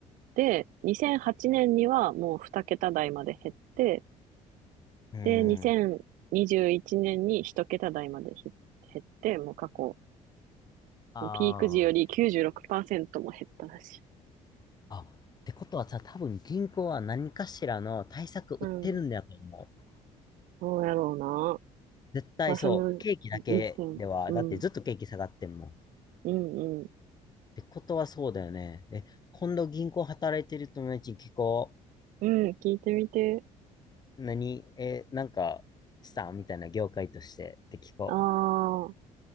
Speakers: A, on the right; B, on the left.
A: で、2008年にはもう2桁台まで減って、
B: うーん。
A: で、2021年に1桁台までひ減って、もう過去、
B: あ
A: ピーク時より96%も減ったらしい。
B: あ。あ、ってことはさ、多分銀行は何かしらの対策売ってるんだと思う。
A: うん。そうやろうな。
B: 絶対そう。
A: まあ、その、
B: ケーキだけでは、
A: 2000、うん、
B: だってずっとケーキ下がってんもん。っ
A: うん、うん、
B: てことはそうだよね。え、今度銀行働いてる友達に聞こう。
A: うん、聞いてみて。
B: 何え、なんか、したみたいな業界としてって聞こ
A: ああ。